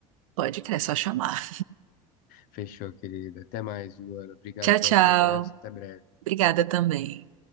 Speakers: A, on the right; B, on the left.
A: pode crer, é só chamar.
B: Fechou, querido. Até mais, Joana. Obrigado
A: Tchau,
B: pela
A: tchau.
B: conversa. Até breve.
A: Obrigada também.